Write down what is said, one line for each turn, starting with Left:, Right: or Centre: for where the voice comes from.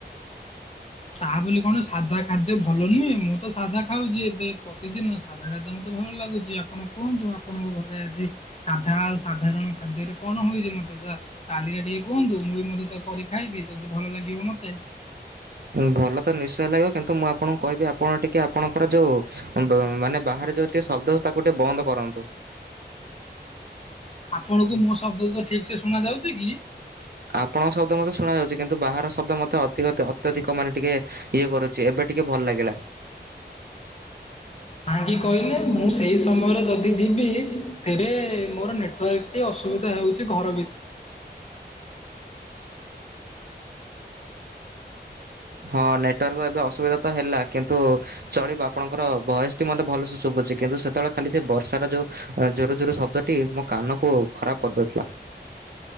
Left: ତାହା ବୋଲି କଣ ସାଧା ଖାଦ୍ୟ ଭଲ ନୁହେଁ। ମୁଁ ତ ସାଧା ଖାଉଛି ଏବେ ପ୍ରତିଦିନ। ସାଧା ଖାଦ୍ୟ ମତେ ଭଲ ଲାଗୁଛି। ଆପଣ କୁହନ୍ତୁ ଆପଣଙ୍କ ଘରେ ଆଜି ସାଧା ଆଉ ସାଧାରଣ ଖାଦ୍ୟରେ କଣ ହୁଏ ମତେ ତ କାଲିକା ଟିକେ କୁହନ୍ତୁ। ମୁଁ ବି ମଧ୍ୟ ତାକୁ କରି ଖାଇବି ଯଦି ଭଲ ଲାଗିବ ମତେ।
Right: ଭଲ ତ ନିଶ୍ଚୟ ଲାଗିବ। କିନ୍ତୁ ମୁଁ ଆପଣଙ୍କୁ କହିବି ଆପଣ ଟିକେ ଆପଣଙ୍କର ଯୋଉଁ ମାନେ ବାହାରେ ଯୋଉ ଟିକେ ଶବ୍ଦ ହଉଛି ତାକୁ ଟିକେ ବନ୍ଦ କରନ୍ତୁ।
Left: ଆପଣଙ୍କୁ ମୋ ଶବ୍ଦ ଗୁଡାକ ଠିକ ସେ ଶୁଣା ଯାଉଛି କି?
Right: ଆପଣଙ୍କ ଶବ୍ଦ ମୋତେ ଶୁଣାଯାଉଛି କିନ୍ତୁ ବାହାର ଶବ୍ଦ ମତେ ଅତ୍ୟଧିକ ଅତ୍ୟଧିକ ମାନେ ଟିକେ ଇଏ କରୁଛି ଏବେ ଟିକେ ଭଲ ଲାଗିଲା।
Left: କାହିଙ୍କି କହିଲେ ମୁଁ ସେଇ ସମୟରେ ଯଦି ଯିବି ତେବେ ମୋର ନେଟୱାର୍କ ଟିକେ ଅସୁବିଧା ହଉଚି ଘର ଭି
Right: ହଁ ନେଟୱାର୍କ ର ଏବେ ଅସୁବିଧା ତ ହେଲା କିନ୍ତୁ ଚଳିବ ଆପଣଙ୍କର ବୟସଟି ମତେ ଭଲସେ ଶୁଭୁଚି କିନ୍ତୁ ସେତେବେଳେ ଖାଲି ସେ ବର୍ଷାର ଯୋଉଁ ଜୁରୁ ଜୁରୁ ଶବ୍ଦଟି ମୋ କାନକୁ ଖରାପ କରିଦେଉଥିଲା।